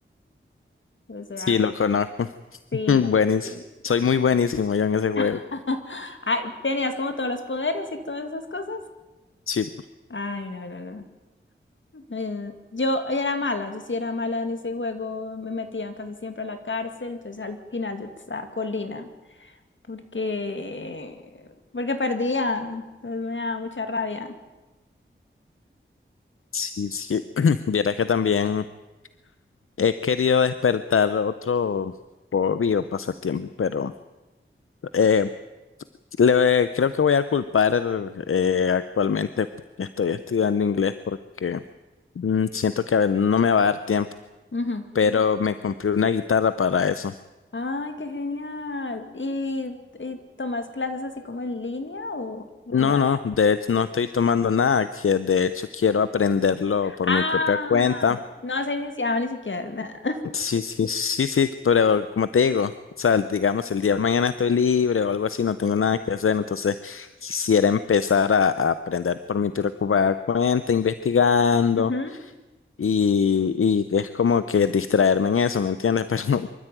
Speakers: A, on the left; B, on the left.
A: Pues era
B: Sí,
A: algo.
B: lo conozco.
A: Sí,
B: <laughs> Buenísimo.
A: sí.
B: Soy muy buenísimo yo en ese juego.
A: <laughs> Ay, ¿tenías como todos los poderes y todas esas cosas?
B: Sí.
A: Ay, no, no, no. Eh, yo yo era mala, yo sí era mala en ese juego, me metían casi siempre a la cárcel, entonces al final yo estaba colina, porque, porque perdía, entonces me daba mucha rabia.
B: Sí, sí. <clears throat> Vieras que también he querido despertar otro hobby o pasatiempo, pero eh, le, creo que voy a culpar eh, actualmente que estoy estudiando inglés porque mm, siento que a ver, no me va a dar tiempo,
A: Ujú.
B: pero me compré una guitarra para eso.
A: Ay, qué genial. ¿Y, y tomas clases así como en línea o, o
B: No,
A: vas?
B: no, de hecho no estoy tomando nada, que de hecho quiero aprenderlo por
A: Ah,
B: mi propia cuenta.
A: no se iniciado ni siquiera. nada.
B: Sí, sí, sí, sí, pero como te digo, o sea, digamos, el día de mañana estoy libre o algo así, no tengo nada que hacer, entonces quisiera empezar a, a aprender por mi preocupada cuenta, investigando
A: <laughs> Ujú,
B: y, y que es como que distraerme en eso, ¿me entiendes? <laughs> Pero no,